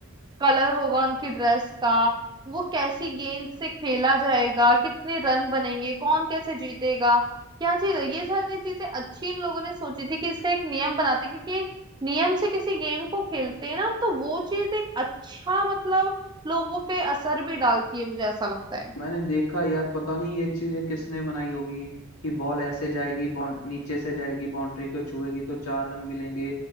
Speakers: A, on the right (about 20°); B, on the left (about 85°).
A: कलर होगा उनकी ड्रेस का वो कैसी गेंद से खेला जाएगा कितने रन बनेंगे कौन कैसे जीतेगा क्या चीज है ये सारी चीजें अच्छी इन लोगों ने सोची थी कि इसका एक नियम बनाते हैं, क्योंकि एक नियम से किसी गेम को खेलते हैं ना हम, तो वो चीज एक अच्छा मतलब लोगों पे असर भी डालती है मुझे ऐसा लगता है
B: मैंने देखा यार पता नहीं ये चीज किसने बनाई होगी कि बॉल ऐसे जाएगी बाउंड नीचे से जाएगी बाउंड्री को छुएगी तो चार रन मिलेंगे